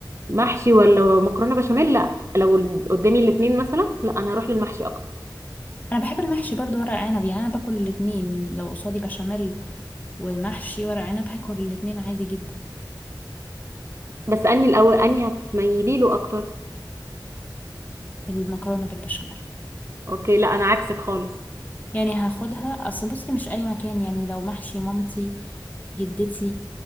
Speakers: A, on the right; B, on the left.
A: محشي ولا مكرونه بشاميل لا لو ال- قدامي الاثنين مثلا لا انا هروح للمحشي اكتر
B: انا بحب المحشي برضو ورق عنب يعني انا باكل الاتنين لو قصادي بشاميل ومحشي ورق عنب هاكل الاتنين عادي جدا
A: بس انهي الاول انهي هتميلي له اكتر
B: المكرونه بالبشاميل
A: اوكي لا انا عكسك خالص
B: يعني هاخدها اصل بصي مش اي مكان يعني لو محشي مامتي جدتي